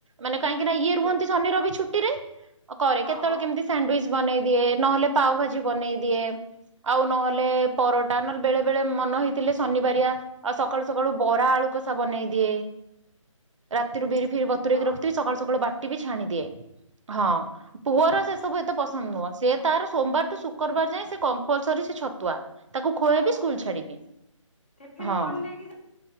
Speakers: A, on the right; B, on the left.
A: ମାନେ କାହିଁକି ନା ଇଏ ରୁହନ୍ତି
B: ହୁଁ
A: ଶନି ରବି ଛୁଟିରେ କରେ
B: ହଁ
A: କେତେବେଳେ
B: ହଁ
A: କେମିତି ସାଣ୍ଡିଚ ବନେଇ ଦିଏ ନହେଲେ ପାଓ ଭାଜି
B: ହଁ
A: ବନେଇ ଦିଏ ଆଉ ନହେଲେ ପରଟା ନଲେ ବେଳେ ବେଳେ ମନେ ହେଇଥିଲେ ଶନିବାରିଆ ଆଉ ସକାଳୁ ସକାଳୁ ବରା ଆଳୁ କଷା ବନେଇ ଦିଏ ରାତିରୁ ବିରି ଫିରି ବତୁରଇକି ରଖିଥିବି
B: ହଁ
A: ସକାଳୁ ସକାଳୁ ବାଟି ବି ଛାଣି ଦିଏ ହଁ ପୁଅର ସେ ୁତେ ପସନ୍ଦ ନୁହ ତାର ସୋମୁ ଶୁବାର ଯାଏ କଲ ଛତୁଆ ତାକୁ ଖୁବ
B: ହଁ
A: ସ୍କୁଲ ଛାଡିବି
B: ଟିଫିନ
A: ହଁ
B: କଣ ନେଇକି